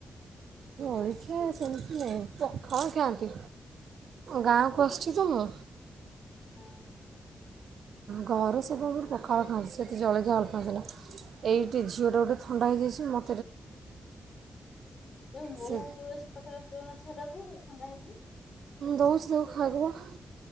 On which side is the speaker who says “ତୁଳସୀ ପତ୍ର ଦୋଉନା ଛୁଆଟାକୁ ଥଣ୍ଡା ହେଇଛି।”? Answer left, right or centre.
Left